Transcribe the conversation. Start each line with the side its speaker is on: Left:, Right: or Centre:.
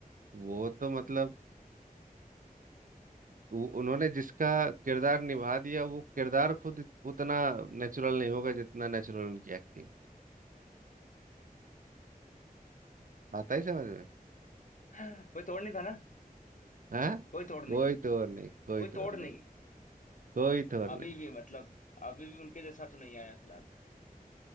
Right: वो तो मतलब वो- उन्होंने जिसका किरदार निभा दिया वो किरदार खुद उतना नेचुरल नहीं होगा जितना नेचुरल उनकी एक्टिंग आता ही समझ में
Left: <laughs> कोई तोड़ नहीं था ना
Right: हाँ
Left: कोई तोड़ नहीं
Right: कोई
Left: था
Right: तो और नहीं कोई
Left: कोई
Right: तो
Left: तोड़
Right: और नहीं
Left: नहीं
Right: कोई तो और नहीं
Left: अभी भी मतलब अभी भी उनके जैसा तो नहीं आया फिलहाल में